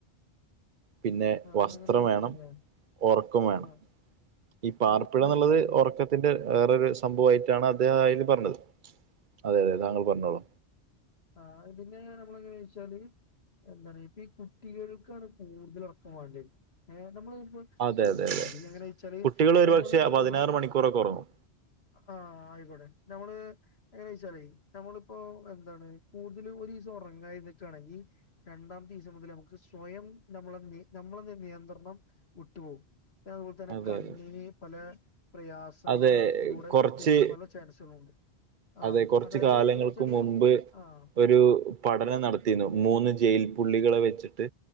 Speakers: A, on the right; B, on the left.
A: പിന്നെ
B: ആഹ്
A: വസ്ത്രം
B: അങ്ങനെ സാധനങ്ങളില്ലേ
A: വേണം ഒറക്കം വേണം
B: ആഹ്
A: ഈ പാർപ്പിടന്നുള്ളത്
B: ആഹ് ഇനി ഞാൻ പറയട്ടെ
A: ഒറക്ക ത്തിന്റെ വേറൊരു സംഭവായിട്ടാണ് അദ്ദേഹം അയില് പറഞ്ഞത് അതെ അതെ താങ്കൾ പറഞ്ഞോളൂ
B: ആഹ് പിന്നെ നമ്മള് ചെറിയ എന്താണ് ഇപ്പം ഈ കുട്ടികൾക്കാണ് കൂടുതൽ ഒറക്കം വാണ്ടിയെ ഏ നമ്മള് <unintelligible>
A: അതെ
B: ശ്രദ്ധിച്ചാ
A: അതെ അതെ
B: മതി എങ്ങനെ വെച്ചാല്
A: കുട്ടികൾ ഒരുപക്ഷെ
B: നമ്മള്
A: പതിനാറ്
B: ഒരുതിയ
A: മണിക്കൂറൊക്കെ ഉറങ്ങും
B: ആഹ് ആയിക്കോട്ടെ നമ്മള് എങ്ങനെയാ വെച്ചാലേ നമ്മളിപ്പോ എന്താണ് കൂടുതല് ഒരീസം ഒറങ്ങാ ഇരുന്നിട്ടാണെങ്കി രണ്ടാമത്തീസം മുതല് നമുക്ക് സ്വയം നമ്മളന്നി നമ്മളെന്ന നിയന്ത്രണം വിട്ടുപോവും പിന്നെ അതുപോൽ തന്നെ
A: അതെ
B: കണ്ണിന്
A: അതെ
B: പല പ്രയാസങ്ങളും
A: അതെ
B: ഇതിലൂടെ
A: കുറച്ച്
B: സൃഷ്ടിക്കാൻ പല ചാൻസുകളും ഉണ്ട്
A: അതെ
B: ആഹ്
A: കുറച്ച്
B: അതായത്
A: കാലങ്ങൾക്ക്
B: എങ്ങന വെച്ചാല്
A: മുമ്പ്
B: ആഹ്
A: ഒരു പഠനം നടത്തീന്നു മൂന്ന് ജയിൽ പുള്ളികളെ വെച്ചിട്ട്